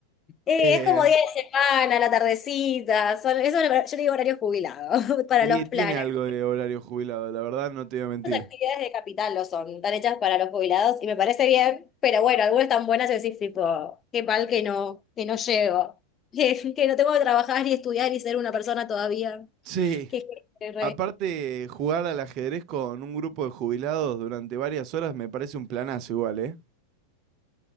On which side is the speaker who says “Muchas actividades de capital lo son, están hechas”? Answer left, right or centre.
Left